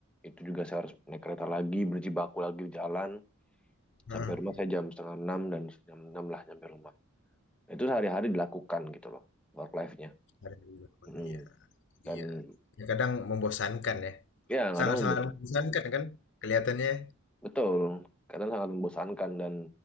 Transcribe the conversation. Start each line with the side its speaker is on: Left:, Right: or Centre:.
Centre: itu juga saya harus naik kereta lagi, berjibaku lagi di jalan,
Left: Hmm,
Centre: sampai rumah saya jam setengah 6 dan jam 6 lah sampai rumah. Nah, itu sehari-hari dilakukan gitu loh, work life-nya.
Left: ada di Jakarta.
Centre: Hmm.
Left: Iya,
Centre: dan
Left: iya. Ya, kadang membosankan ya.
Centre: ya kadang
Left: Sangat-sangat
Centre: membe-
Left: membosankan kan kelihatannya.
Centre: betul kadang sangat membosankan dan